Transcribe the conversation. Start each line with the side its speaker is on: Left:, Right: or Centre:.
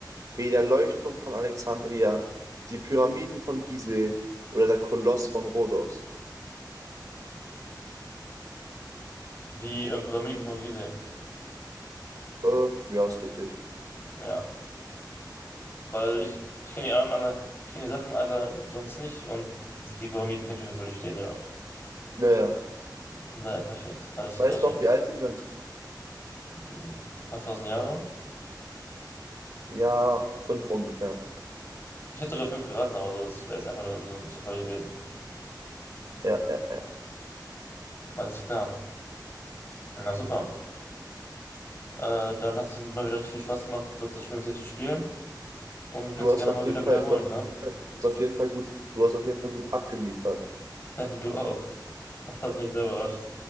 Right: wie der Leuchtturm von Alexandria, die Pyramiden von Gizeh oder der Koloss von Rhodos.
Left: Die ähm, Pyramiden von Gizeh.
Right: Äh, ja, ist richtig.
Left: Ja, weil ich, ich kenne die anderen alle, ich kenne die Sachen alle sonst nicht und die, die Pyramiden kann ich auf jeden Fall durchstehen, genau.
Right: Naja,
Left: Von daher perfekt. Alles
Right: weißt
Left: gleiche.
Right: doch, wie alt die sind?
Left: Ein paar tausend Jahre.
Right: Ja, fünf ungefähr.
Left: Ich hätte sogar fünf geraten, aber so, das wäre jetzt einfach nur, nur ein Zufall gewesen.
Right: Ja, ja, ja.
Left: Alles klar. Na super. Äh, dann hat es mal wieder richtig viel Spaß gemacht, das das Spiel mit dir zu spielen. Und wir können
Right: Du
Left: es
Right: hast
Left: gerne
Right: auf
Left: mal
Right: jeden
Left: wieder
Right: Fall,
Left: wiederholen,
Right: du hast
Left: ne?
Right: auf jeden Fall, du hast auf jeden Fall gut, du hast auf jeden Fall gut abgeliefert.
Left: <laughs> Du auch. Das hat mich sehr überrascht.